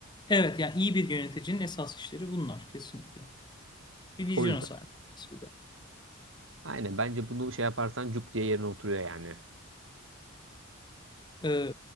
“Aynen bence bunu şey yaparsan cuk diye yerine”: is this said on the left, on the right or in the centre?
Right